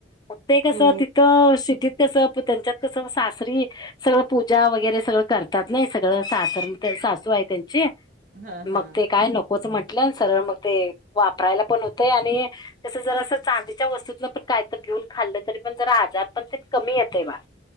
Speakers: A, on the left; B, on the right.
A: मग ते कसं
B: हो
A: तर शिटीत कसं त्यांच्यात कसं सासरी सगळं पूजा वगैरे सगळं करतात नाही, सगळं सासर सासू आहे त्यांची.
B: हा हा
A: मग ते काय नकोच म्हटलं, सरळ मग ते वापरायला पण होतय आणि तस जर अस चांदीच्या वस्तूतलं पण कायतरी घेऊन खाल्लं तरी पण जरा आजारपण तेन कमी येतंय बाळ